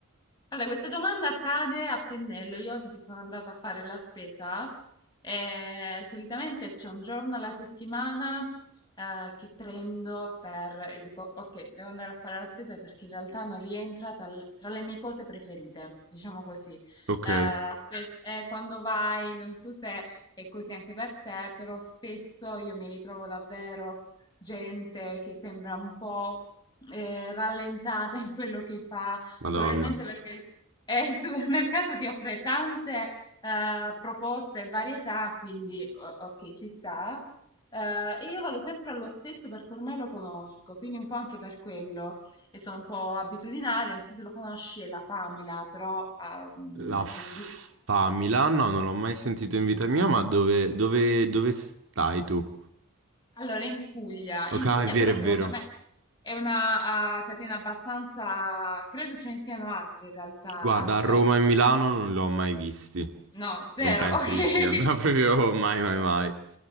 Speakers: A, on the left; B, on the right.
A: Allora, questa domanda cade a pennello. Io oggi sono andata a fare la spesa e solitamente c'è un giorno alla settimana eh, che prendo per e dico, ok, devo andare a fare la spesa perché in realtà non rientra tal- tra le mie cose preferite, diciamo così.
B: Ok,
A: Eh, spe- eh, quando vai, non so se è così anche per te, però spesso io mi ritrovo davvero gente che sembra un po' eh, rallentata in quello che fa
B: Madonna.
A: Probabilmente perché il, <laughs> eh, il supermercato ti offre tante eh, proposte e varietà, quindi o- ok, ci sta. Eh, e io vado sempre allo stesso perché ormai lo conosco, quindi un po' anche per quello e sono un po' abitudinaria, non so se lo conosci, è la Famila, però ah, mm,
B: La
A: immagino
B: Famila?
A: di sì.
B: No, non l'ho mai sentito in vita mia, ma dove, dove- dove stai tu?
A: Allora, in Puglia,
B: Ok,
A: in
B: ah,
A: Puglia
B: è vero,
A: però
B: è
A: secondo
B: vero.
A: me è una ah, catena abbastanza, credo ce ne siano altre in realtà,
B: Guarda,
A: ah, non
B: a Roma
A: è ovviamente,
B: e Milano non l'ho mai visti.
A: no, zero,
B: Non penso
A: <laughs> ok.
B: di siano <laughs> no, proprio mai, mai, mai.